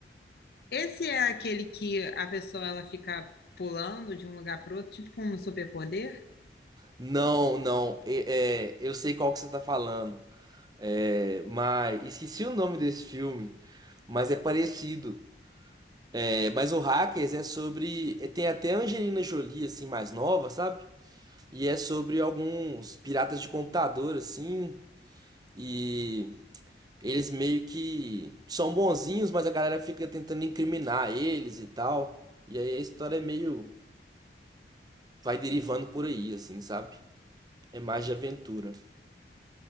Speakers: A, on the left (about 60°); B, on the right (about 20°).
A: Esse é aquele que a pessoa ela fica pulando de um lugar para outro, tipo com um superpoder?
B: Não, não, é, é, eu sei qual que você tá falando. É, mas esqueci o nome desse filme, mas é parecido. É, mas o Hackers é sobre. é, Tem até a Angelina Jolie, assim, mais nova, sabe? E é sobre alguns piratas de computador, assim. E eles meio que são bonzinhos, mas a galera fica tentando incriminar eles e tal. E aí a história é meio. vai derivando por aí, assim, sabe? É mais de aventura.